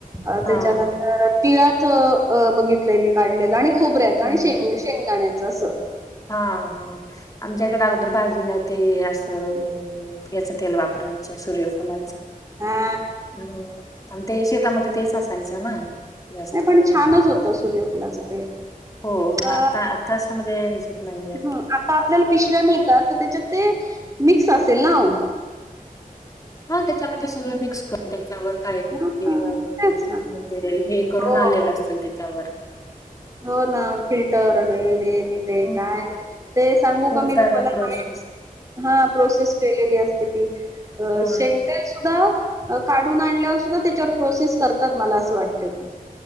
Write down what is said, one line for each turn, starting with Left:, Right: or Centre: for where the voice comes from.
Right: अ
Left: हा
Right: त्याच्यानंतर.
Left: हा
Right: तिळाच अ बघितलंय मी काढलेलं आणि खोबऱ्याच आणि
Left: हम्म
Right: शेंग शेंगदाण्याच असं.
Left: हा हा आमच्याकडे अगोदर. बाजूला ते असं याच तेल वापरायचे सूर्यफुलाच.
Right: हा
Left: हम्म आणि ते शेतामध्ये तेच असायचं ना. जास्त
Right: नाही पण
Left: कळून
Right: छानच
Left: तर
Right: होतं सूर्यफुलाचं तेल
Left: हो
Right: अ
Left: आता आता अशामध्ये. नाही आहे.
Right: ह आता आपल्याला पिशव्या मिळतात तर त्याच्यात ते मिक्स असेल नाव.
Left: हा त्याच्यामध्ये सगळं मिक्स कर''--'' त्याच्यावर काय
Right: हां,
Left: हे नग
Right: तेच ना
Left: म्हणजे हे हे करून
Right: हो
Left: आलेलं असत त्याच्यावर.
Right: हो ना फिल्टरड <unintelligible> हेनी ते
Left: हम्म.
Right: काय ते सांगू
Left: खूप
Right: का मी
Left: साऱ्या
Right: तुम्हाला
Left: प्रोसेस
Right: कायच. हा प्रोसेस केलेली असते ती
Left: हो
Right: शेग''--''
Left: ना.
Right: तेल सुद्धा अ काढून आणल्यावर सुद्धा त्याच्यावर प्रोसेस करतात मला असं वाटत ती.